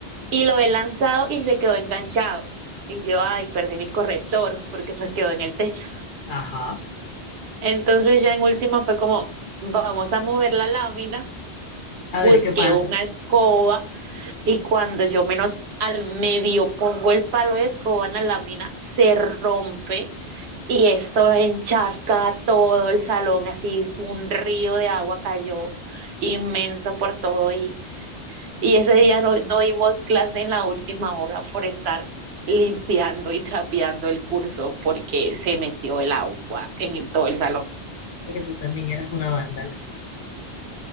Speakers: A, on the right (about 70°); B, on the left (about 55°).
A: y lo he lanzado y se quedó enganchado. Y yo, ay, perdí mi corrector porque pues quedó en el techo.
B: Ajá.
A: Entonces, ya en última fue como, vamos a mover la lámina.
B: A
A: Busqué
B: ver qué pasa.
A: una escoba y cuando yo menos al medio pongo el palo de escoba en la lámina, se rompe Y eso encharca todo el salón, así un río de agua cayó inmenso por todo y, y ese día no, no dimos clase en la última hora por estar limpiando y trapeando el curso porque se metió el agua en el- todo el salón.
B: Es que tú también eras una vándala.